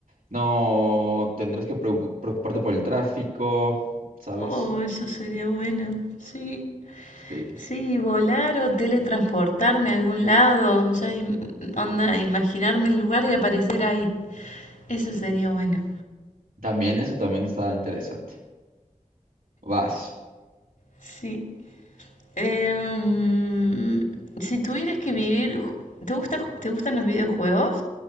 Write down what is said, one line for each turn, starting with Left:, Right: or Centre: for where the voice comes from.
Right: no tendrás que preu- preocuparte por el tráfico, ¿sabes?
Left: Oh, eso sería bueno, sí.
Right: Sí,
Left: Sí, volar o teletransportarme a algún lado, ya im- onda, imaginarme el lugar y aparecer ahí. Eso sería bueno.
Right: también eso también está interesante. Vas.
Left: Sí. Em, si tuvieras que vivir, ju- ¿te gusta, ju- te gustan los videojuegos?